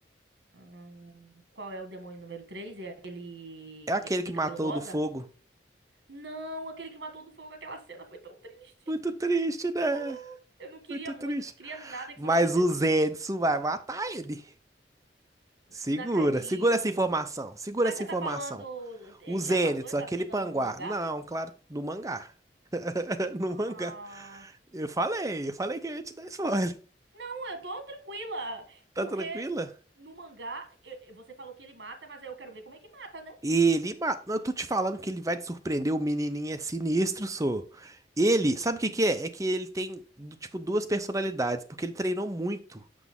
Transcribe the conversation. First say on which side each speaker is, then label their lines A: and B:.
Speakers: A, on the right (about 75°); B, on the right (about 20°).
A: Hum, qual é o demônio número três É aquele
B: É aquele
A: é, que
B: que
A: tem
B: matou
A: cabelo rosa?
B: o do fogo.
A: Não, aquele que matou do fogo. Aquela cena foi tão triste.
B: Muito triste, né?
A: <laughs> Eu não queria
B: Muito
A: muito,
B: triste.
A: eu não queria nada
B: Mas
A: que isso acontecesse,
B: o Zenitsu
A: velho.
B: vai matar ele. Segura,
A: Não acredito.
B: segura essa informação. Segura
A: Mas
B: essa
A: você
B: informação.
A: tá falando, eh,
B: O Zenitsu,
A: já passou essa
B: aquele
A: cena
B: panguá.
A: no mangá?
B: Não, claro, no mangá. <laughs> No
A: Ah,
B: mangá. Eu falei, eu falei que eu ia te dar spoiler.
A: não, eu tô tranquila,
B: Tá
A: porque
B: tranquila?
A: no mangá eh, eh, você falou que ele mata, mas aí eu quero ver como é que mata, né?
B: Ele, ma- eu tô te falando que ele vai te surpreender, o menininho é sinistro, sou. Ele, sabe o que que é? É que ele tem, do- tipo, duas personalidades, porque ele treinou muito.